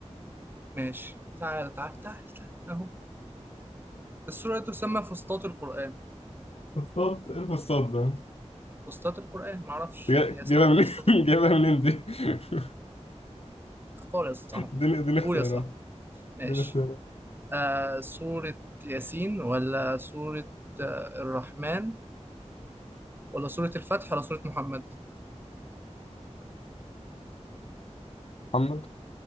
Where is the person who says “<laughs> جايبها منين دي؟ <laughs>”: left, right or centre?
Left